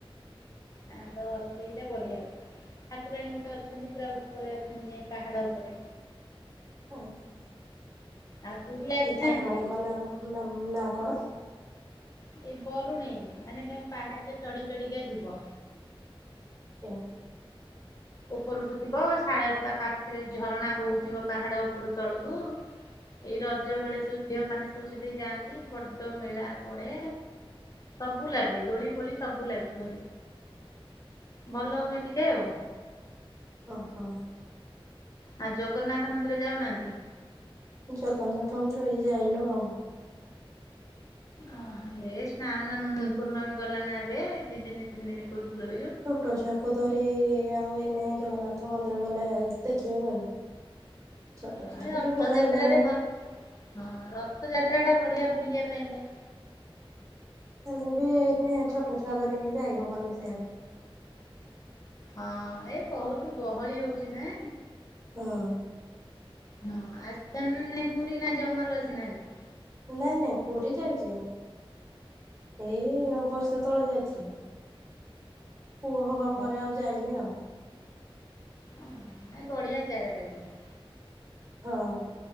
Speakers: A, on the left; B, on the right.
A: ଆ ତ ସେଇଟା ବଢିଆ ହୁଏ। ଠାକୁରାଣୀ ଗୋଟେ ଅଛନ୍ତି ପୁରା ଉପରେ ଅଛନ୍ତି ଯାଇ ପାହାଡ ଉପରେ।
B: ଆଜ୍ଞା
A: ଆଉ ପୁରୀ ଆସିନାହାନ୍ତି
B: ସେ ଠାକୁରାଣୀଙ୍କ
A: କେବେ?
B: ନା ନାଁ କଣ?
A: ଏଇ ବରୁଣେଇ ମାନେ ତମେ ପାହାଚ ଚଢି ଚଢିକା ଯିବ।
B: ଆଜ୍ଞା।
A: ଉପରକୁ ଥିବ ସାୟତା ପାଖରେ ଝରଣା ବହୁ ଥିବ ପାହାଡ ଉପରୁ ତଳକୁ। ଏଇ ରଜ
B: ହୁଁ ହୁଁ
A: ବେଳେ ସବୁ ଝିଅମାନୋନେ ସବୁ ସେଠି ଯାଆନ୍ତି। ବଡ ମେଳା ପଡେ। ସବୁ ଲାଗେ ଦୋଳି ଫୋଳି ସବୁ ଲାଗେ।
B: ଆଜ୍ଞା
A: ଭଲ ହୁଏ ଟିକେ ଆଉ।
B: ଓ ହୋ।
A: ହଁ ଜଗନ୍ନାଥ ମନ୍ଦିର ଯାଉନାହାନ୍ତି?
B: ଜଗନ୍ନାଥ ମନ୍ଦର ଏଇ ଯାଇନୁ ଆଉ।
A: ଓହ ଏଇ ସ୍ନାନ ଦାନ ପୂର୍ଣ୍ଣମୀ ଗଲାନ ଏବେ ଦି ଦିନି ତିନ ଦିନି। <unintelligible>
B: ଛୋଟ ଛୁଆକୁ ଧରି ଆଉ ଏନେ ଜଗନ୍ନାଥ ମନ୍ଦିର ଗଲେ ଦେଖିହବ କି? ଛୋଟ
A: ହଁ
B: ଛୁଆ
A: ରଥଯାତ୍ରାରେ
B: ଟିକେ ବଡ ହେଇଗଲାଣି।
A: ଭଲ ହଁ ରଥଯାତ୍ରା ଟା ବଢିଆ ବୁଲିବା ପାଇଁ ଯାଏ।
B: ହେଲେ ବି ଏଇନେ ଛୋଟ ଛୁଆ ଧରିକି ଯାଇହବନି ସିଆଡେ।
A: ହଁ ଏଇ କହୁଛୁ ଗହଳି ହଉଛି ନା।
B: ହଁ।
A: ହଁ ଆସିଥାଛନ୍ତି ନା ନାଇଁ ପୁରୀ ନା ଜମାରୁ ଆସିନାହାନ୍ତି?
B: ନାଇଁ ନାଇଁ ପୁରୀ ଯାଇଛି ଏଇ ବର୍ଷେ ତଳେ ଯାଇଥିଲି। ଆଉ ପୁଅ ହବା
A: ହଁ
B: ପରେ ଆଉ ଯାଇନି ଆଉ।
A: ନାଇଁ ବଢିଆ ଜାଗା ଟା <unintelligible>
B: ହଁ।